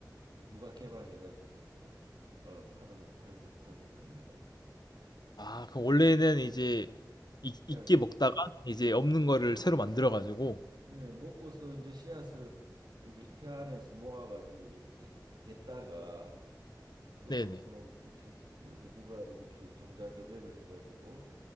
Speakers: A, on the right; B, on the left.
A: 예, 누가 개발해가지고 또 어, 파는 팔고 팔고 그럽니다 이게.
B: 아, 그럼 원래는 이제 있, 있게
A: 씨앗이.
B: 먹다가 이제 없는 거를 새로 만들어 가지고
A: 예, 먹고서 이제 씨앗을 이렇게 혀 안에서 모아가지고 이렇게 뱉다가 또
B: 네네.
A: 뭐 이렇게 뭐 이렇게 누가 이렇게 종자교배를 해가지고